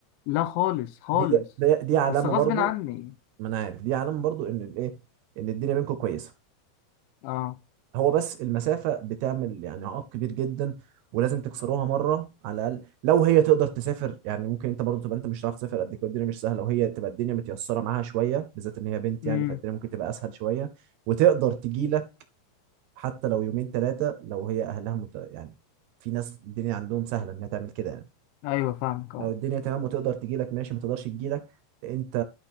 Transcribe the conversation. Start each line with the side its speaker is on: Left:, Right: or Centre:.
Left: لا خالص خالص
Right: دي ده- ده- دي علامة
Left: بس غصب
Right: برضو
Left: عني
Right: ما انا عارف دي علامه برضو ان الايه ان الدنيا بينكم كويسه
Left: أه
Right: هو بس المسافه بتعمل يعني عائق كبير جدا ولازم تكسروها مره على الاقل لو هي تقدر تسافر يعني ممكن انت برضو تبقى انت مش هتعرف تسافر قد كده الدنيا مش سهله وهي تبقى الدنيا متيسره معاها شويه بالذات ان هي بنت
Left: أمم
Right: يعني فالدنيا ممكن تبقى اسهل شويه وتقدر تجي لك حتى لو يومين ثلاثه لو هي اهلها مت... يعني في ناس الدنيا عندهم سهله انها تعمل كده يعني
Left: أيوه فاهمك أه
Right: لو الدنيا تمام وتقدر تجي لك ماشي ما تقدرش تجي لك انت